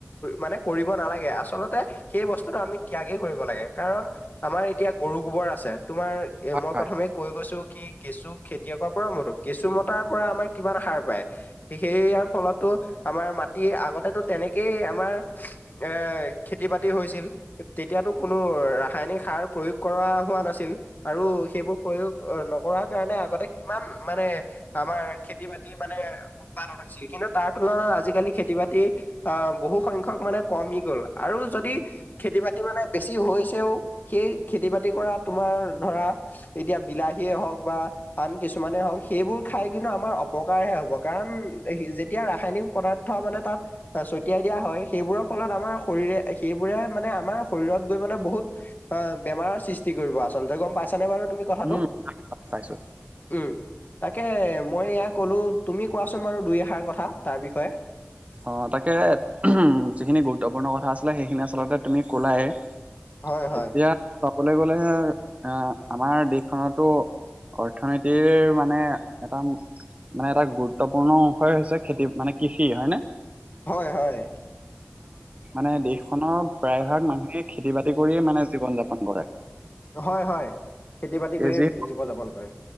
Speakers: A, on the left; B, on the right.
A: মানে কৰিব নালাগে আচলতে সেই। এই বস্তুটো আমি ত্যাগে কৰিব লাগে কাৰণ আমাৰ এতিয়া গৰু গোবৰ আছে তোমাৰ এ
B: হয়
A: মই
B: হয়
A: প্ৰথমে কৈ গৈছো। কি কেঁচু খেতিয়কৰ পৰাও মতো কেঁচু মতাৰ পৰা আমাৰ কিমান সাৰ পায় সেইয়াৰ ফলতো আমাৰ মাটি আগতেতো। তেনেকেই আমাৰ এ খেতি বাতি হৈছিল তেতিয়াতো কোনো ৰাসায়নিক সাৰ প্ৰয়োগ কৰা হোৱা নাছিল আৰু সেইবোৰ প্ৰয়োগ নকৰাৰ কাৰণে আগতে কিমান মানে আমাৰ খেতি বাতি মানে উৎপাদন হৈছিল কিন্তু তাৰ তুলনাত আজিকালি খেতি বাতি আহ বহু সংখ্য্ক মানে কমি গ'ল আৰু যদি খেতি বাতি মানে বেছি হৈছেও সেই খেতি বাতি কৰা তোমাৰ ধৰা এতিয়া বিলাহীয়ে হওক বা আন কিছুমানে হওক সেইবোৰ খাই কিন্তু আমাৰ অপকাৰহে হ'ব কাৰণ। যেতিয়া ৰাসায়নিক পদাৰ্থ মানে তাত ছটিয়াই দিয়া হয় সেইবোৰৰ ফলত আমাৰ শৰীৰে সে সেবোৰে মানে আমাৰ শৰীৰত গৈ মানে বহুত অ বেমাৰৰ সৃষ্টি কৰিব আচলতে গম পাইছা নে বাৰু। তুমি কথাটো
B: উম পাইছো
A: উম তাকে মই এ কলো তুমি কোৱাচোন বাৰু দুই এষাৰ কথা তাৰ বিষয়ে।
B: অ তাকে যিখিনি গুৰুত্বপূৰ্ণ কথা আছিলে। সেইখিনি আচলতে তুমি ক'লাই। এতিয়া
A: হয় হয়
B: চাবলৈ গ'লে হে এ আমাৰ দেশখনতো। অৰ্থনীতিৰ মানে এটা। মানে এটা গুৰুত্বপূৰ্ণ অশ হৈছে খেতি মানে কৃষি হয় ন।
A: হয়, হয়।
B: মানে দেশখনৰ প্ৰায় ভাগ মানুহে খেতি বাতি কৰিয়ে মানে জীৱন যাপন কৰে।
A: হয়, হয় খেতি বাতি কৰি
B: যি
A: জীৱ যাপন কৰে।